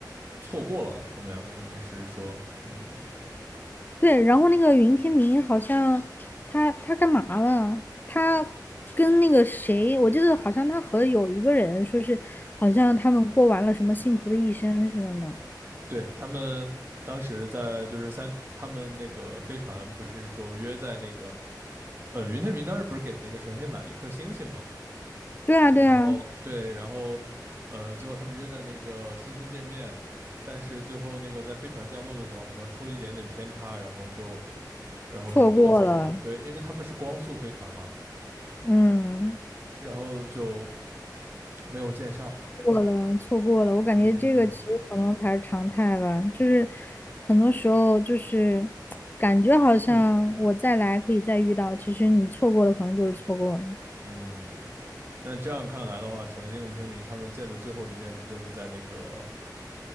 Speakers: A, on the right; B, on the left.
A: 错过了，他们两个应该是说，嗯。
B: 对，然后那个云天明好像他他干嘛了？他跟那个谁，我记得好像他和有一个人说是，好像他们过完了什么幸福的一生什么的。
A: 对，他们当时在就是三，他们那个飞船不是说约在那个，呃，云天明当时不是给那个程心买了一颗星星嘛，
B: 对啊，对啊，
A: 然后对，然后呃，最后他们约在那个星星见面，但是最后那个在飞船降落的时候好像出了一点点偏差，然后就然后就多走了，
B: 错过了，
A: 对，因为他们是光速飞船嘛，
B: 嗯，
A: 然后就没有见上，
B: 过了，错过了。我感觉这个其实可能才是常态吧，
A: 嗯
B: 就是很多时候就是感觉好像我再来可以再遇到，其实你错过的可能就是错过了。
A: 嗯。那这样看来的话，程心和云天明他们见的最后一面，不就是在那个